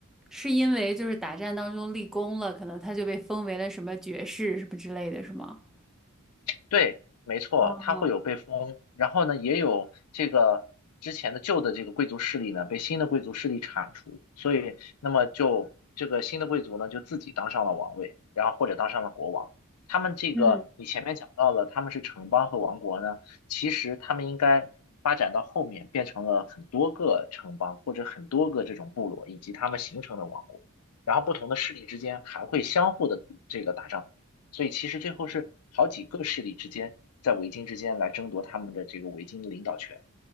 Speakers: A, in the centre; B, on the left.
A: 是因为就是打战当中立功了，可能他就被封为了什么爵士什么之类的，是吗？
B: 对，没错，
A: 哦，
B: 它会有被封，然后呢，也有这个之前的旧的这个贵族势力呢，被新的贵族势力铲除，所以那么就这个新的贵族呢，就自己当上了王位，然后或者当上了国王。他们这个你前面讲到了，
A: 嗯。
B: 他们是城邦和王国呢，其实他们应该发展到后面变成了很多个城邦或者很多个这种部落以及他们形成的王国，然后不同的势力之间还会相互的这个打仗。所以其实最后是好几个势力之间在维京之间来争夺他们的这个维京的领导权。